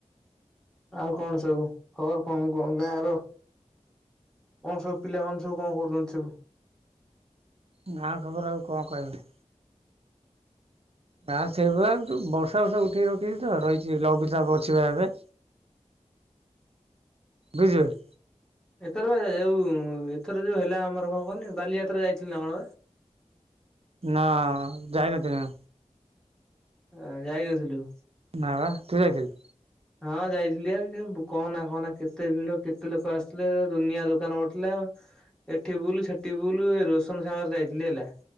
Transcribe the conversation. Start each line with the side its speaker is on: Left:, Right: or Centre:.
Centre: ଆଉ କଣ ସବୁ ଖବର କଣ କଣ ଗାଁ ର? କଣ ସବୁ ପିଲାମାନେ ସବୁ କଣ କରୁଛନ୍ତି ସବୁ?
Right: ଗାଁ ଖବର ଆଉ କଣ କହିମି? ନା <unintelligible> ବର୍ଷା ଫର୍ଷା ଉଠେଇ ରଖିଛି ତ ରହିଛି ଲଘୁଚାପ ଅଛିିବା ଏବେ। ବୁଝି ପାଇଲୁ?
Centre: ଏଥର ବା ଯୋଉ ଏଥର ଯୋଉ ହେଲା ଆମର କଣ କହନି ବାଲିଯାତ୍ରା ଯାଇଥିଲୁ ନା କଣ ବା?
Right: ନା ଯାଇନଥିଲି।
Centre: ଅ ଯାଇନଥିଲୁ?
Right: ନା ବା ତୁ ଯାଇଥିଲୁ?
Centre: ହଁ ଯାଇଥିଲି ଆ କହନା କହନା କେତେ ଭିଡ କେତେ ଲୋକ ଆସିଥିଲେ ଦୁନିଆ ଦୋକାନ ପଡିଥିଲା ଏଠି ବୁଲୁ ସେଠି ବୁଲୁ ଏ ରୋସନ ସାଙ୍ଗରେ ଯାଇଥିଲି ହେଲା।